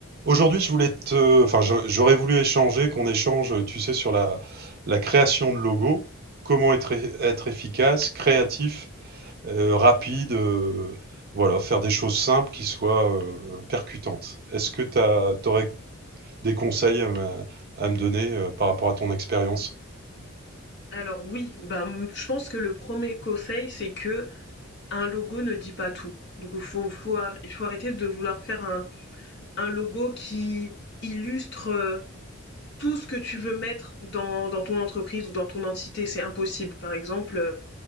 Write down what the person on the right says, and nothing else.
Aujourd'hui, je voulais te, enfin, j'a- j'aurais voulu échanger, qu'on échange, euh, tu sais, sur la, la création de logos, comment être, e- être efficace, créatif, euh, rapide, euh, voilà, faire des choses simples qui soient euh, percutantes. Est-ce que tu aurais des conseils à, me à me donner euh, par rapport à ton expérience?